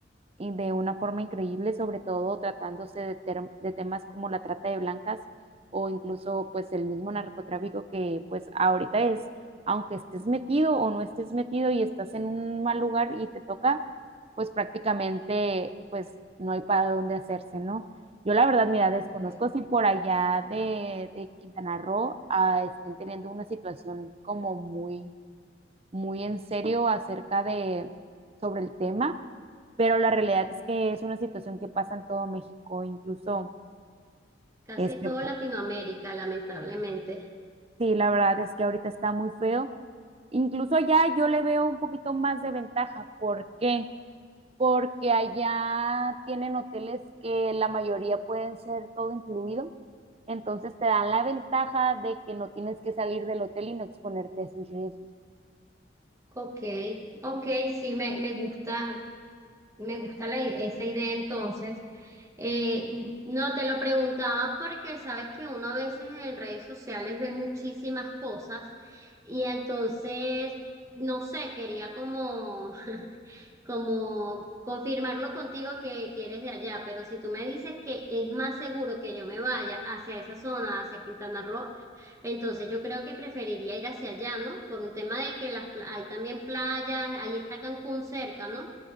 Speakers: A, on the right; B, on the right.
A: y de una forma increíble, sobre todo tratándose de, ter- de temas como la trata de blancas o incluso pues el mismo narcotráfico que pues ahorita es, aunque estés metido o no estés metido y estás en un mal lugar y te toca, pues prácticamente pues no hay para dónde hacerse, ¿no? Yo la verdad, mira,
B: Ok.
A: desconozco si por allá de, de Quintana Roo ah, estén teniendo una situación como muy muy en serio acerca de sobre el tema, pero la realidad es que es una situación que pasa en todo México, incluso
B: Casi
A: este,
B: todo Latinoamérica, lamentablemente.
A: sí, la verdad es que ahorita está muy feo. Incluso allá yo le veo un poquito más de ventaja. ¿Por qué? Porque allá tienen hoteles que la mayoría pueden ser todo incluido. Entonces te dan la ventaja de que no tienes que salir del hotel y no exponerte a esos riesgos.
B: Ok, ok, sí, me, me gusta, Me gusta la i- esa idea entonces. Eh, no te lo preguntaba porque sabes que uno a veces en redes sociales ve muchísimas cosas y entonces, no sé, quería como, <laughs> como confirmarlo contigo que, que eres de allá, pero si tú me dices que es más seguro que yo me vaya hacia esa zona, hacia Quintana Roo, entonces yo creo que preferiría ir hacia allá, ¿no? Por un tema de que las, pla- hay también playas, ahí está Cancún cerca, ¿no?